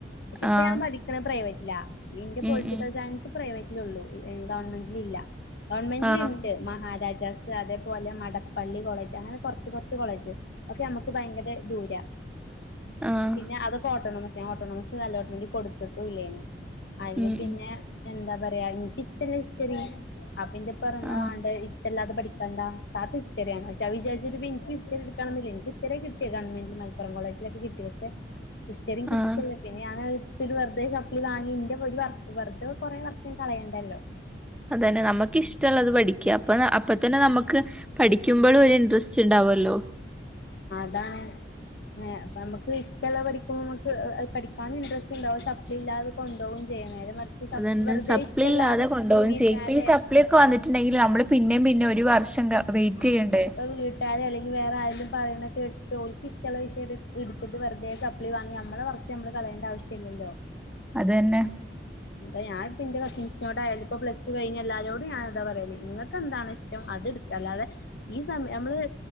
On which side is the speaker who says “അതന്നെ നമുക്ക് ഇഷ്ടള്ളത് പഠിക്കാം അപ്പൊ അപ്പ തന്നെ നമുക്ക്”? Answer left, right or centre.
Centre